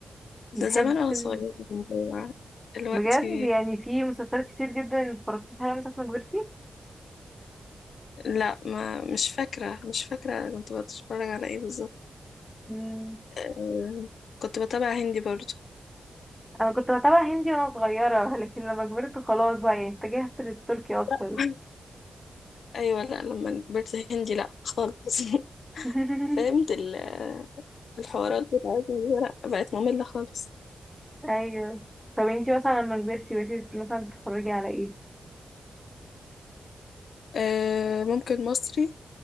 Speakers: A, in the centre; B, on the left.
A: بتحب
B: ده زمان أنا
A: ال-
B: صغيرة كنت بتابع دلوقتي
A: بجد يعني في مسلسلات كتير جدا متفرجتيش عليها مثلا لما كبرتي
B: لا ما مش فاكرة مش فاكرة كنت بتفرج على ايه بالظبط
A: مم،
B: آه، كنت بتابع هندي برضو
A: أنا كنت بتابع هندي وأنا صغيرة <laughs> لكن لما كبرت خلاص بقى يعني اتجهت للتركي أكتر
B: <laughs> ايوه لا لما كبرت هندي لا خالص <laughs>
A: <laughs>
B: فهمت ال- الحوارات بتاعتنا دي لا بقت مملة خالص
A: أيوه طب انتي مثلا لما كبرتي بقيتي مثلا بتتفرجي على ايه؟
B: آه، ممكن مصري